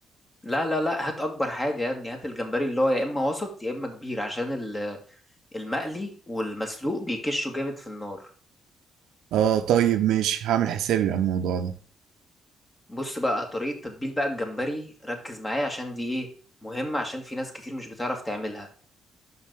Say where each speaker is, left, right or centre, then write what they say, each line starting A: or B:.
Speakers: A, on the left; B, on the right.
A: لا لا لا هات اكبر حاجه يا ابني هات الجمبري اللي هو يا اما وسط يا اما كبير عشان ال- المقلي والمسلوق بيكشوا جامد في النار
B: اه طيب ماشي هعمل حسابي على الموضوع ده
A: بص بقى طريقه تتبيل بقى الجمبري ركز معايا عشان دي ايه مهمه عشان في ناس كتير مش بتعرف تعملها